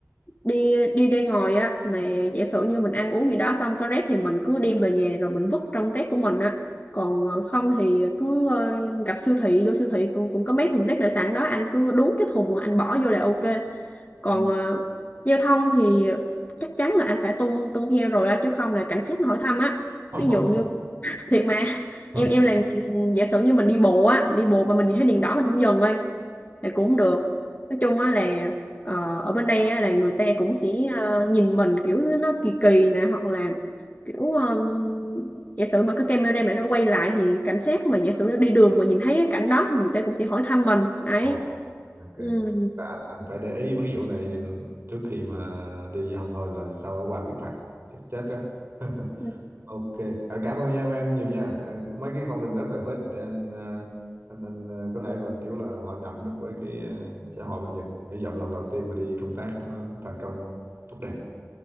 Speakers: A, on the left; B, on the right.
A: đi đi ra ngoài á mà giả sử như mình ăn uống gì đó xong có rác thì mình cứ đem về nhà rồi mình vứt trong rác của mình á còn ờ, không thì cứ ờ, gặp siêu thị vô siêu thị cũng, cũng có mấy thùng rác nội sản đó anh cứ đúng cái thùng mà anh bỏ vô là ok còn
B: ừ.
A: ờ, giao thông thì chắc chắn là anh phải tuân tuân theo rồi á chứ không là cảnh sát nó hỏi thăm á
B: <laughs>
A: ví dụ như thiệt mà
B: Ok.
A: em em là người- giả sử như mình đi bộ á đi bộ mà mình nhìn thấy đèn đỏ mình không dừng thôi thì cũng không được nói chung á là ờ, ở bên đây á, là người ta cũng sẽ ờ, nhìn mình kiểu nó kỳ kỳ nè hoặc là kiểu ờ, giả sử mà có camera mà nó quay lại thì cảnh sát mà giả sử đi đường mà nhìn thấy cái cảnh đó thì người ta cũng sẽ hỏi thăm mình ấy
B: Ừ. ok
A: ừ.
B: Và anh anh phải để ý mấy vụ này trước khi mà đi không thôi là sau ở qua bị phạt chết chết á <laughs>
A: Ừ.
B: ok À, cảm ơn em em nhiều nha À, mấy cái thông tin rất là hữu ích để anh ờ, anh anh ờ, có thể mà kiểu là hòa nhập được với cái ờ, xã hội bên Nhật hy vọng lần đầu tiên mà đi công tác nó thành công tốt đẹp